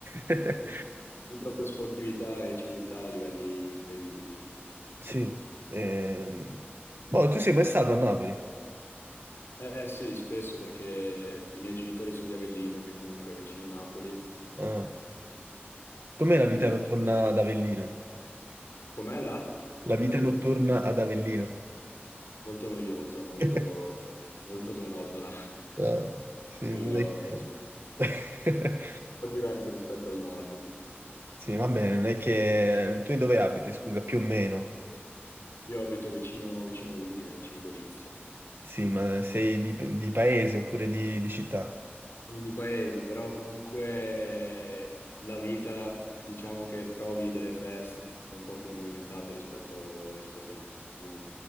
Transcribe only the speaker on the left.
di proprio sportività e civiltà a livelli incredibili.
Eh sì, spesso perché i miei genitori sono di Avellino, che comunque è vicino Napoli,
quindi
com'è là?
Non
ho capito.
Molto noiosa, molto,
molto monotona.
<laughs>
Io-
sì, Un
po' diverso rispetto al nord.
Io abito vicino, vicino Udine, vicino Gorizia.
Sono di paese, però comunque la vita, diciamo che trovi delle feste un po' più movimentate rispetto, rispetto a giù.